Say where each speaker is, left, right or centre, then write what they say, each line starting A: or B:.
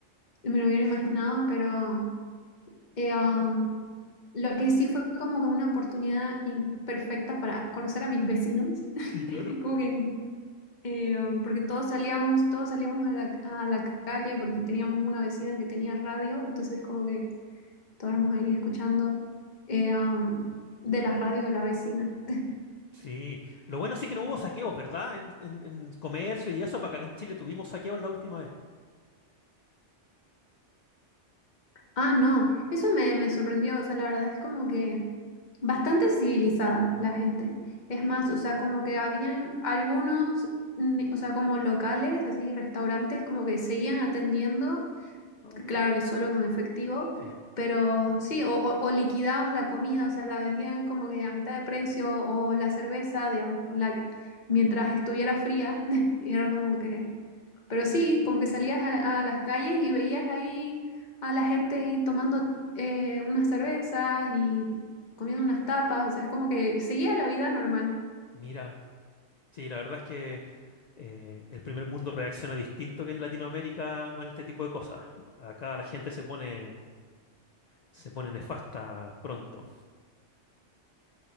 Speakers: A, on the left; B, on the left.
A: me lo hubiera imaginado, pero eh, um, lo que sí fue como que una oportunidad in- perfecta para conocer a mis vecinos, <laughs>
B: Sí, claro.
A: como que eh, porque todos salíamos, todos salíamos a la, a la calle porque teníamos una vecina que tenía radio, entonces como que Estábamos ahí escuchando eh, am, de la radio de la vecina. <laughs>
B: Sí, lo bueno sí que no hubo saqueos, ¿verdad? En, en, en comercio y eso, para acá en Chile tuvimos saqueos la última vez.
A: Ah, no, eso me, me sorprendió, o sea, la verdad es como que bastante civilizada la gente. Es más, o sea, como que habían algunos, mm, o sea, como locales, así, restaurantes, como que seguían atendiendo
B: Ah, mira.
A: Claro que solo con efectivo,
B: Sí,
A: pero sí, o, o- o liquidaban la comida, o sea, la vendían como que a mitad de precio, o la cerveza, digamos, la- mientras estuviera fría, <laughs> y era como que... Pero sí, como que salías a, a las calles y veías ahí a la gente ahí tomando eh, unas cervezas y comiendo unas tapas, o sea, es como que seguía la vida normal.
B: mira. Sí, la verdad es que eh, el primer mundo reacciona distinto que en Latinoamérica con este tipo de cosas. Acá la gente se pone Se pone nefasta pronto.